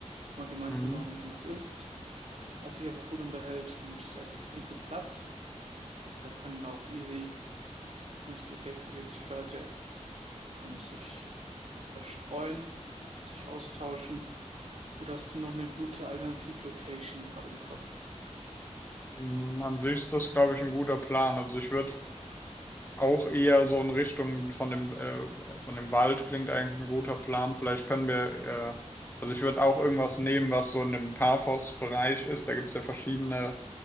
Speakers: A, on the right; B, on the left.
A: wenn man gemeinsam
B: Mhm.
A: noch ein bisschen was isst, was sich einfach gut unterhält und da ist extrem viel Platz. Das heißt, da können auch easy 50, 60, 70 Leute ähm, sich verstreuen, sich austauschen. Oder hast du noch eine gute Alternativlocation gerade im Kopf?
B: Mhm. An sich ist das, glaube ich, ein guter Plan. Also ich würde Auch eher so in Richtung von dem, äh, von dem Wald klingt eigentlich ein guter Plan. Vielleicht können wir, äh, also ich würde auch irgendwas nehmen, was so in dem Paphos-Bereich ist. Da gibt es ja verschiedene